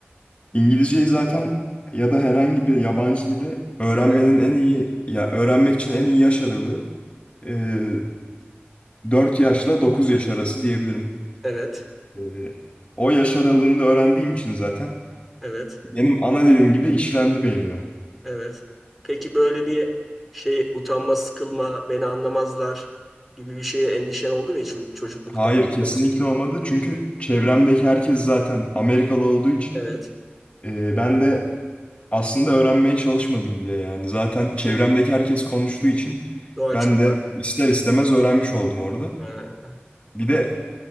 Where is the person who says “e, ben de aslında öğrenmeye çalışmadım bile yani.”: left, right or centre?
Left